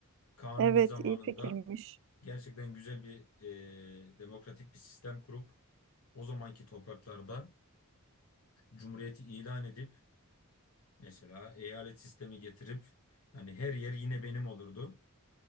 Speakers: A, on the left (about 80°); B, on the right (about 60°).
A: Kanuni
B: Evet,
A: zamanında
B: iyi fikirmiş.
A: gerçekten güzel bir e, demokratik bir sistem kurup o zamanki topraklardan Cumhuriyeti ilan edip mesela eyalet sistemi getirip yani her yer yine benim olurdu.